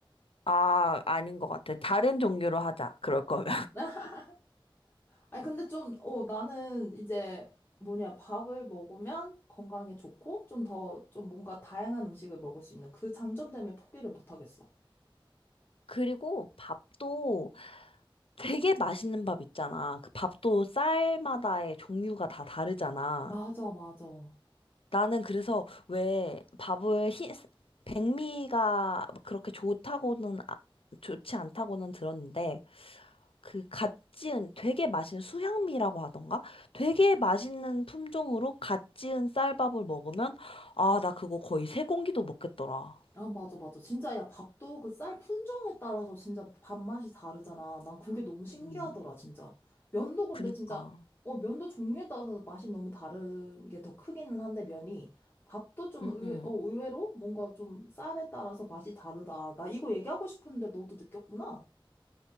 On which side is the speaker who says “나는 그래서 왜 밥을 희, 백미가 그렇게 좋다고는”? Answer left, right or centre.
Left